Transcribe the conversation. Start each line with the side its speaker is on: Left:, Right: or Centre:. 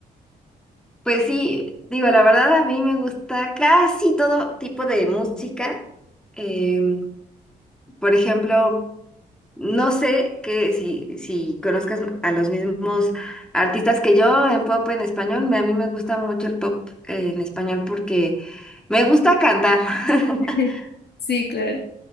Centre: Pues sí, digo, la verdad a mí me gusta casi todo tipo de música. Em, por ejemplo, no sé que si, si conozcas a los mismos artistas que yo en pop en español, me- a mí me gusta mucho el pop eh, en español porque me gusta cantar. <laughs>
Left: <laughs> Sí, claro.